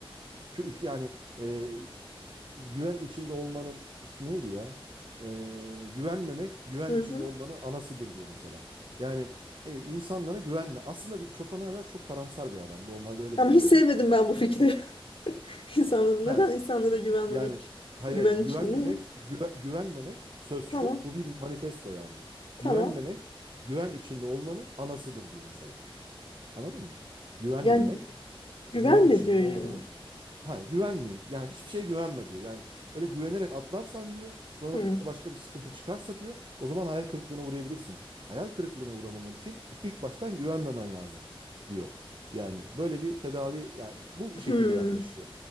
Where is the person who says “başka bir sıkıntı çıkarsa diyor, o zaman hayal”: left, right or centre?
Right